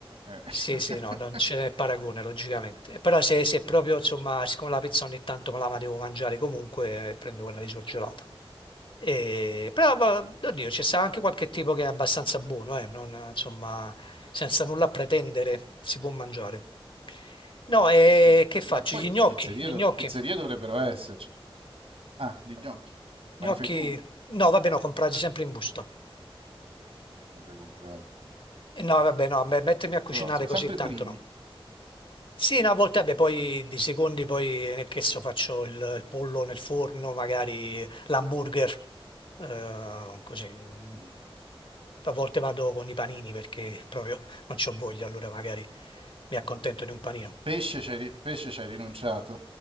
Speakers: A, on the right (about 70°); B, on the left (about 60°).
A: eh. <laughs>
B: Sì, sì, no, non ce n'è paragone, logicamente. Però se, se proprio, insomma, siccome la pizza ogni tanto me la ma devo mangiare comunque, eh, prendo quella lì surgelata. E, però, ma- oddio, c'è stato anche qualche tipo che è abbastanza buono, eh, non- insomma, senza nulla pretendere si può mangiare. No, e
A: sì,
B: che faccio?
A: ma poi
B: Gli gnocchi,
A: pizzerie,
B: gli
A: dov-
B: gnocchi.
A: pizzerie dovrebbero esserci. Ah, gli gnocchi.
B: Gnocchi,
A: Ma li fai tu?
B: no, vabbè, no, comprati sempre in busta.
A: Sempre comprati.
B: E no, vabbè, no, beh, mettermi a cucinare
A: Però insomma,
B: così
A: sempre
B: tanto
A: primi.
B: no. Sì, no, a volte, vabbè, poi di secondi, poi, eh, che so, faccio il, il pollo nel forno, magari l'hamburger, eh, così. mm.
A: Mm.
B: A volte vado con i panini perché proprio non c'ho voglia, allora magari mi accontento di un panino.
A: Pesce c'hai, ri- pesce c'hai rinunciato.